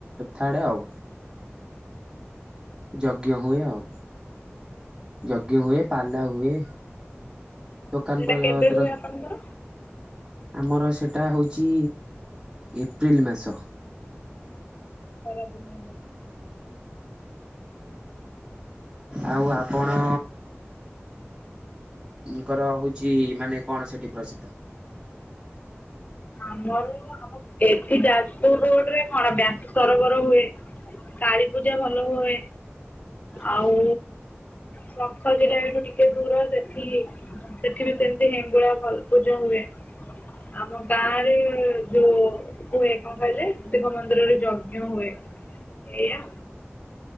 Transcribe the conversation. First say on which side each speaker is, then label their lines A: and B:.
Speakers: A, on the right (about 20°); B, on the left (about 35°).
A: ଥାର୍ଡ ଆଉ। ଯଜ୍ଞ ହୁଏ ଆଉ। ଯଜ୍ଞ ହୁଏ, ପାଲା ହୁଏ। ଦୋକାନ
B: ସେଇଟା
A: ପରିଅଦ୍ର
B: କେବେ ହୁଏ ଆପଣଙ୍କର?
A: ଆମର ସେ, ଟା ହଉଚି ଏପ୍ରିଲ୍ ମାସ।
B: ଖରା ଦିନ ହଁ।
A: ଆଉ ଆପଣ ଙ୍କର ହଉଛି ମାନେ କଣ ସେଠି ପ୍ରସଦ୍ଧ?
B: ଆମର ଆମ ଏଠି ଯାଜପୁର ରୋଡରେ କଣ ବ୍ୟାଶ୍ ସରବର ହୁଏ। କାଳୀ ପୂଜା ଭଲ ହୁଏ।
A: ହଁ
B: ଆଉ ଶଙ୍ଖ ଜିଲା ଏଠୁ ଟିକେ ଦୂର ସେଠି ସେଠି ବି ସେମିତି ହେଙ୍ଗୁଳା ଭଲ ପୂଜା ହୁଏ ଆମ ଗାଁ ରେ ଯୋଉ ହୁଏ କଣ କହିଲେ ଶିବ ମନ୍ଦିରରେ ଯଜ୍ଞ ହୁଏ ଏଇୟା।